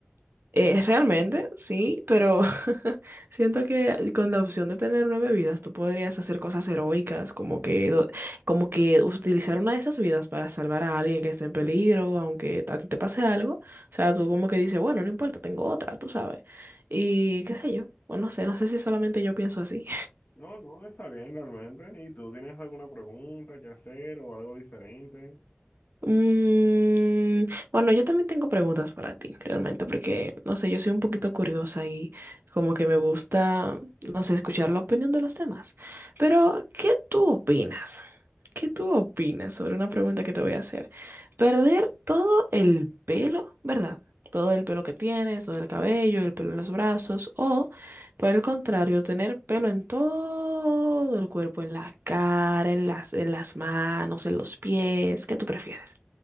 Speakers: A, on the right (about 60°); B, on the left (about 45°).
A: Eh, realmente, sí, pero <laughs> siento que con la opción de tener nueve vidas, tú podrías hacer cosas heroicas, como que, do- como que utilizar una de esas vidas para salvar a alguien que está en peligro, aunque a ti te pase algo. O sea, tú como que dices, bueno, no importa, tengo otra, tú sabes. Y qué sé yo, bueno, no sé, no sé si solamente yo pienso así.
B: No, no, está bien realmente. ¿Y tú tienes alguna pregunta que hacer o algo diferente? O
A: Mm, bueno, yo también tengo preguntas para ti, realmente, porque, no sé, yo soy un poquito curiosa y como que me gusta, no sé, escuchar la opinión de los demás. Pero, ¿qué tú opinas? ¿Qué tú opinas sobre una pregunta que te voy a hacer? Perder todo el pelo, ¿verdad? Todo el pelo que tienes, todo el cabello, el pelo en los brazos, o, por el contrario, tener pelo en todo el cuerpo, en la cara, en las, en las manos, en los pies. ¿Qué tú prefieres?